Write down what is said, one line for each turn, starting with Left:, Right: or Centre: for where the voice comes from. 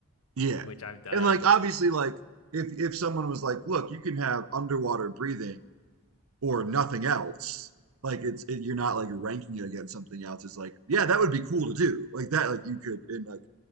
Right: Yeah.
Left: which I've done.
Right: And like obviously like if if someone was like, "Look, you can have underwater breathing or nothing else." Like it's it, you're not like ranking it against something else. It's like, "Yeah, that would be cool to do." Like that like you could and like